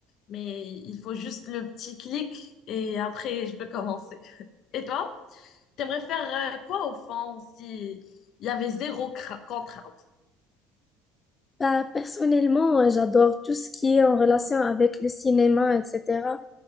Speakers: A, on the left; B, on the left.
A: Mais il faut juste le petit clic et après, je peux commencer. <laughs> Et toi? T'aimerais faire euh, quoi au fond si il y avait zéro cra- contrainte?
B: Bah, personnellement, j'adore tout ce qui est en relation avec le cinéma, etc.